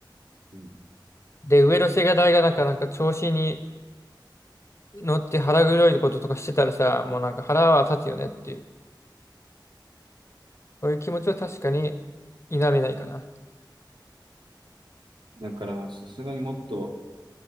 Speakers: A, on the right; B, on the left.
A: うん。
B: で、上の世代がなんか、なんか調子に乗って腹黒いこととかしてたらさ、もうなんか腹は立つよねっていう、そういう気持ちは確かに否めないかな。
A: だからまあ、さすがにもっと